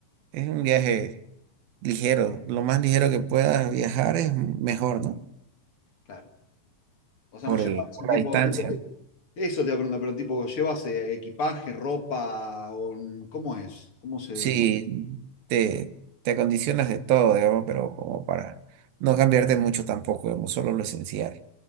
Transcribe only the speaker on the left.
Claro. O sea,
no llevas
eh, tipo,
tipo que-
Eso te iba a preguntar, pero tipo, ¿llevas eh, equipaje, ropa? O, mm, ¿cómo es? ¿Cómo se...?